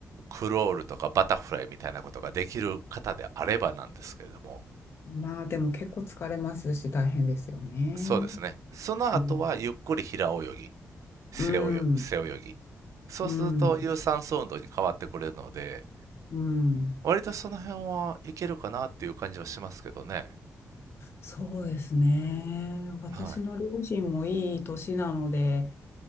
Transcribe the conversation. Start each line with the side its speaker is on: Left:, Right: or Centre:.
Right: クロールとかバタフライみたいなことができる方であればなんですけれども、
Left: まあでも結構疲れますし大変ですよね。
Right: そうですね。その後はゆっくり平泳ぎ、
Left: うん。
Right: 背泳ぎ。
Left: うん。
Right: そうすると有酸素運動に変わってくれるので、
Left: うん。うん
Right: 割とその辺はいけるかなっていう感じはしますけどね。
Left: そうですね。私の両親もいい年なので、
Right: はい。